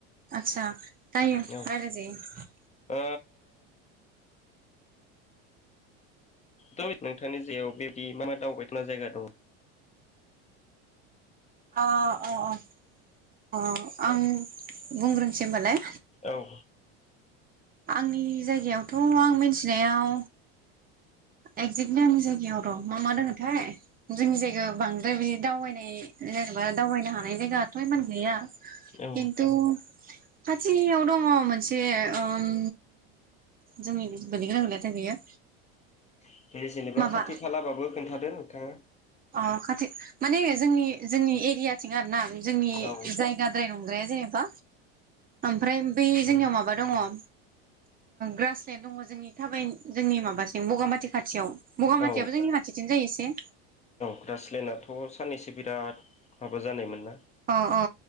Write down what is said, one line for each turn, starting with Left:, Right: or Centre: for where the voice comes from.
Right: आतसा जायो
Left: औ
Right: रायलााय जायो।
Left: ओ थ नोंथांनि जायगायाव बेदि मा मा दावबायथावना जायगा दङ?
Right: अ अ अ अ आं बुंग्रोनसै होनबालाय।
Left: औ
Right: आंनि जायगायावथ' आं मिथिनायाव एक्जेक्टलि आंनि जायगायाव र' मा मा दोङथाय जोंनि जायगायाव बांद्राय बिदि दावबायनाय जेनेबा दावबायनो हानाय जायगाथ' इमान गैया खिन्थु
Left: औ
Right: खाथियाव दङ मोनसे ओम जोंनि गोलैग्रा गोलायथाय बेयो।
Left: <inaudible> दे जेनेबा
Right: माबा
Left: खाथि खालाबाबो खोन्थादो नोंथाङा।
Right: अ खाथि माने जोंनि जोंनि एरियाथिं आरो ना जोंनि
Left: औ
Right: जायगाद्राय नंग्राया जेनेबा ओमफ्राय बै
Left: औ
Right: जोंनियाव माबा दङ ओ ग्रासलेण्ड दङ जोंनि थाबाय जोंनि माबासिम बगामाथि खाथियाव। बगामाथियाबो
Left: औ
Right: जोंनि खाथिथिनो जायो एसे।
Left: ग्रासलेणडआथ साननैसो बिराद माबा जानायमोन ना
Right: अ अ